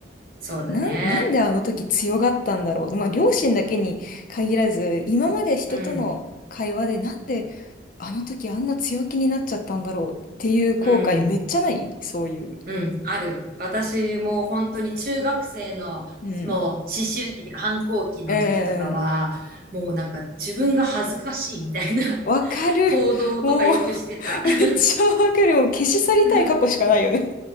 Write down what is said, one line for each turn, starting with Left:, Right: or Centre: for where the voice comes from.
Right: そうだね。
Left: なん、なんであの時強がったんだろう。まあ両親だけに限らず、今まで人との会話でなんであの時あんな強気になっちゃったんだろうっていう後悔めっちゃないそういう。
Right: うん、うん、うん、ある。私も本当に中学生のもう思春期というか反抗期の時とかは、
Left: うん。うんうんうんん
Right: もうなんか自分が恥ずかしいみたいな
Left: わかる。
Right: <laughs> 行動とかよくしてた。
Left: もう <laughs> めっちゃわかる。
Right: <laughs>
Left: もう消し去りたい過去しかないよね。
Right: う